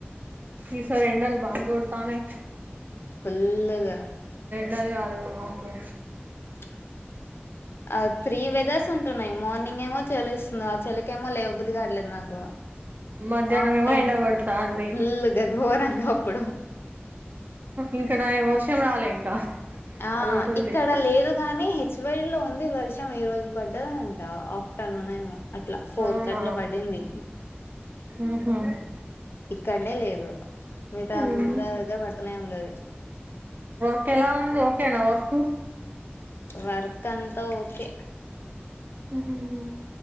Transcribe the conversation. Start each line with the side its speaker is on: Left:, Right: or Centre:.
Right: ఈసారి ఎండలు బాగ్కొడత ఉన్నాయ్
Left: ఫుల్లుగా
Right: గాది కాదు వామ్మో
Left: కి ఆ త్రీ వెదర్స్ ఉంటున్నాయి. మార్నింగ్ ఏమో చలిస్తుంది. ఆ చలికైమో లేవబుద్ధి కావట్లేదు నాకు
Right: మధ్యాహ్నం
Left: ఆఫ్టర్న్
Right: ఏమో ఎండకొడ్తంది
Left: ఫుల్లుగా ఘోరంగా అప్పుడు
Right: ఇంకా నయం వర్షం కాలం రాలే ఇంకా
Left: ఆ
Right: అదొటి ఉంది
Left: ఇక్కడ లేదు. గాని హెచ్ వై డి లో ఉంది. వర్షం వర్షం ఈరోజు పడ్డదంట ఆఫ్టర్నూన్ ఏమో అట్లా ఫోర్
Right: అవునా
Left: కట్ల పడింది.
Right: ఉహు
Left: ఇక్కడనే లేదు మిగతా
Right: ఉహు
Left: అందరి దగ్గరా పడుతనే ఉంది. అది
Right: ఇప్పుడు ఏలా ఉంది. ఓకేనా వర్క్
Left: వర్క్ అంతా ఓకే
Right: హ్మ్ ఉ